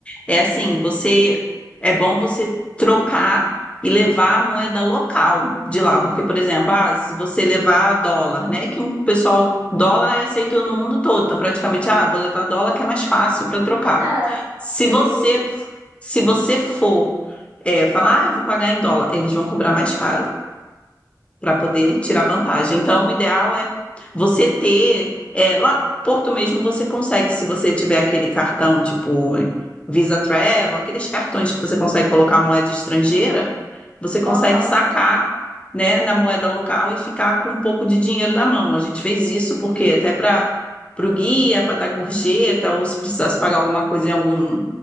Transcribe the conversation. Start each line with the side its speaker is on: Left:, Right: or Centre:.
Left: é assim, você é bom você trocar e levar a moeda local de lá, porque, por exemplo, ah, se você levar dólar, né? Que o pessoal, dólar é aceito no mundo todo, então praticamente, ah, vou levar dólar que é mais fácil para trocar.
Right: É,
Left: Se
Right: pensei
Left: você, se você for é, falar, ah, eu vou pagar em dólar, eles vão cobrar mais caro para poder
Right: Hum.
Left: tirar vantagem. Então, o ideal é você ter, é, lá no Porto mesmo você consegue, se você tiver aquele cartão tipo Visa Travel, aqueles cartões que você consegue colocar moeda estrangeira, você consegue
Right: Aham.
Left: sacar, né, na moeda local e ficar com um pouco de dinheiro na mão. A gente fez isso porque até para o guia, para dar gorjeta, ou se precisasse pagar alguma coisa em algum